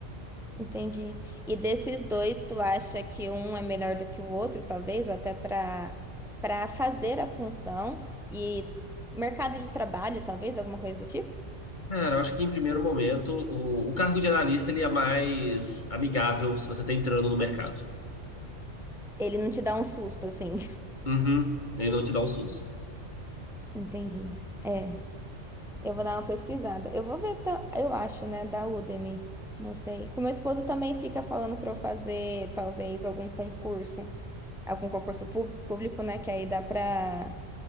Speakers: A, in the centre; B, on the left.
A: entendi. E desses dois, tu acha que um é melhor do que o outro, talvez, ou até para para fazer a função e mercado de trabalho, talvez, alguma coisa do tipo?
B: Cara, eu acho que em primeiro momento o, o cargo de analista ele é mais amigável se você está entrando no mercado.
A: Ele não te dá um susto, assim.
B: Uhum. Ele não te dá um susto.
A: <laughs> Entendi. É, eu vou dar uma pesquisada. Eu vou ver, ta- eu acho, né, da Udemy. Não sei. Que o meu esposo também fica falando para eu fazer, talvez, algum concurso. Algum concurso pú- público, né, que aí dá para